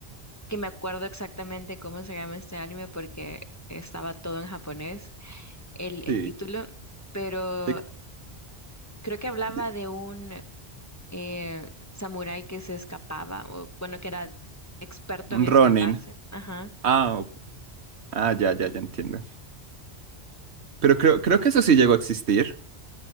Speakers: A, on the left; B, on the right.
A: que me acuerdo exactamente cómo se llama este anime porque estaba todo en japonés, el,
B: Sí,
A: el título. Pero
B: de,
A: creo que hablaba
B: de-
A: de un eh, samurái que se escapaba, o bueno, que era experto
B: un
A: en escaparse.
B: Ronin.
A: Ajá.
B: Ah, o- ah, ya, ya, ya entiendo. Pero creo, creo que eso sí llegó a existir.